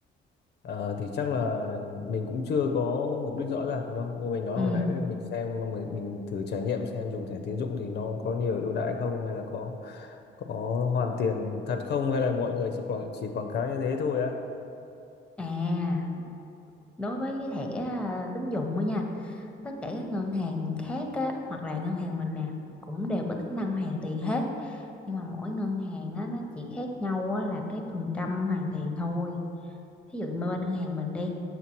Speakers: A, on the left; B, in the centre.
A: Ờ, thì chắc là mình cũng chưa có mục đích rõ ràng đâu. Như mình nói
B: ừ
A: hồi nãy đấy, mình xem mình, mình thử trải nghiệm xem dùng thẻ tín dụng thì nó có nhiều ưu đãi không hay là có có hoàn tiền thật không hay là mọi người chỉ quảng chỉ quảng cáo như thế thôi á.
B: à đối với cái thẻ à, tín dụng á nha tất cả các ngân hàng khác á, hoặc là ngân hàng mình nè cũng đều có tính năng hoàn tiền hết nhưng mà mỗi ngân hàng á, nó chỉ khác nhau á, là cái phần trăm hoàn tiền thôi ví dụ mà bên ngân hàng mình đi